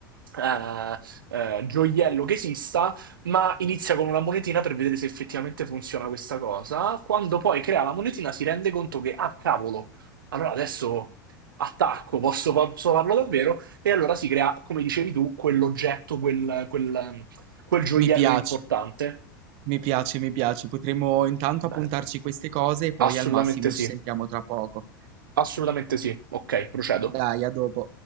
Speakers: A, on the right; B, on the right.
A: eh, eh, gioiello che esista, ma inizia con una monetina per vedere se effettivamente funziona questa cosa. Quando poi crea la monetina si rende conto che, ah, cavolo, allora adesso attacco, posso, posso farlo davvero? E allora si crea, come dicevi tu, quell'oggetto, quel, quel, quel gioiello
B: Mi piace.
A: importante.
B: Mi piace, mi piace. Potremmo intanto
A: Bene,
B: appuntarci queste cose e poi
A: assolutamente
B: al massimo
A: sì,
B: ci sentiamo tra poco.
A: assolutamente sì. Ok, procedo.
B: Dai, a dopo.